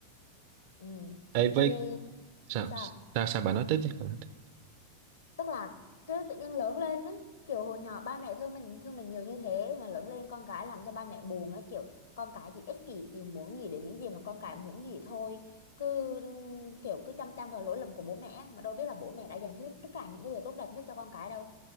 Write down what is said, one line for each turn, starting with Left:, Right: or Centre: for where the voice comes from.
Left: ừ
Right: Ê,
Left: cái
Right: với sao
Left: sao
Right: sao sao bà nói tiếp chứ Bà nói tiếp.
Left: tức là cái tự nhiên lớn lên á kiểu hồi nhỏ ba mẹ thương mình thương mình nhiều như thế mà lớn lên con cái làm cho ba mẹ buồn á kiểu con cái chỉ ích kỷ chỉ muốn nghĩ đến những gì mà con cái muốn nghĩ thôi cứ ừm, kiểu cứ chăm chăm vào lỗi lầm của bố mẹ á, mà đâu biết là bố mẹ đã dành hết tất cả những cái điều tốt đẹp nhất cho con cái đâu